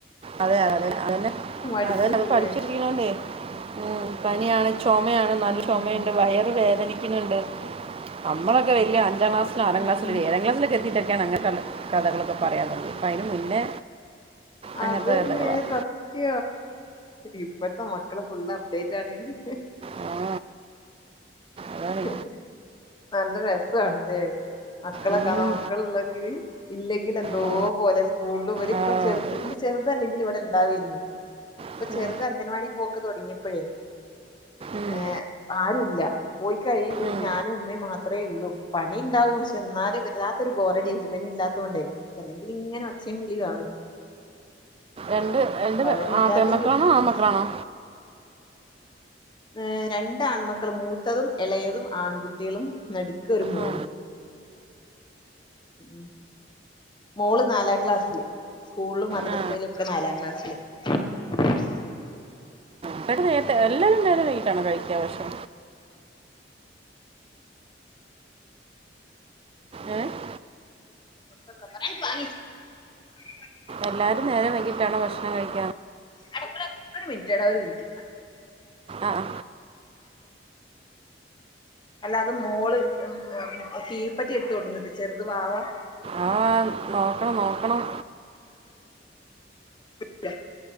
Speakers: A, on the right; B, on the left.
A: അതെ അതെ അതെ അതന്നെ
B: മടിച്ചിട്ടില്ലേ
A: അതന്നെ അത് പഠിച്ചിരിക്കണണ്ടേ? ഉം പനിയാണ്. ചുമയാണ് നല്ല
B: ഉം
A: ചുമയുണ്ട് വയറുവേദനി ങ്ങനുണ്ട് നമ്മളൊക്കെ വല്യ അഞ്ചാം ക്ലാസ്സിൽ ആറാം
B: ഉം
A: ക്ലാസ്സിൽ
B: ഉം
A: ഒരു ഏഴാംക്ലാസ്സിലൊക്കെ എത്തീട്ടു അങ്ങനെ കഥകളൊക്കെ പറയാറുണ്ട്. അപ്പൾ അതിന് മുന്നേ അങ്ങനത്തെ
B: അതന്നെ
A: കഥകളാണ്
B: സത്യ ഇപ്പഴത്തെ മക്കളെ ഫുള് അപ്ഡേറ്റ് ആണ്. അഹ്..
A: ആ അതാണ്
B: ഹ ഹ നല്ല രസണല്ലേ മക്കളെകാണാൻ.
A: ഉം,
B: കഥ മക്കള് ഉള്ളെങ്കില് ഇല്ലെങ്കിൽ എന്തോ
A: ആ,
B: പോലെ സ്കൂളിൽ ഇവരിപ്പം
A: ആ,
B: ചെറു
A: അതെ.
B: ചെറുതല്ലെങ്കിൽ ഇവിടെ ഉണ്ടാവന്ന്. ഇപ്പൊ
A: ഉം,
B: ചെറുത് അംഗൻവാടി പോക്ക് തുടങ്ങിയ ഇപ്പഴേ
A: ഉം,
B: ഏ ആര്? ഇല്ല. പോയി കഴിഞ്ഞ് പിന്നെ
A: ഉം,
B: ഞാനും ഉമ്മയും മാത്രേ ഉള്ളൂ. പണി ഉണ്ടാവും പക്ഷെ എന്നാലും വരാാത്തൊരു ബോറ രജ്മ ഇല്ലാത്ത കൊണ്ടേ അല്ലെങ്കിൽ ഇങ്ങനെ ഒച്ചയും വിളിയും കാണും.
A: എണ്ട് എണ്ട്
B: അവനില്ലാത്തതിന്റെ
A: ആ പെമക്കളാണോ?
B: ഒരു
A: ആമക്കളാണോ?
B: മിസ് ഏ രണ്ട ആൺമക്കളു മൂത്തതും ഇളയതും ആൺകുട്ടികളും ന ഇനിക് ഒരു മോളും.
A: ആ
B: ഉ മോള് നാലാം ക്ലാസ്സില് സ്കൂളും മദ്രസയിലും
A: ആ
B: ഒക്കെ നാലാംക്ലാസ് <unintelligible>
A: അപ്പടെ നേത്തെ എല്ലാരും നേരെ വീട്ടാണ് കഴിക്ക പക്ഷെ ആഏ <inaudible>
B: ങ്ങ
A: എല്ലാരും നേരം വൈകിട്ടാണോ ഭക്ഷണം കഴിക്കാ?
B: അടുത്തത് ഒരു മിനിറ്റ് ഇട ഒരു മിനിറ്റ്
A: ആഹ
B: അല്ല അത് മോള് തീപെട്ടി എടുത്തു കൊടുത്തു ചെറുത് വവാ
A: ആ ആ നോക്കണം നോക്കണം.
B: ക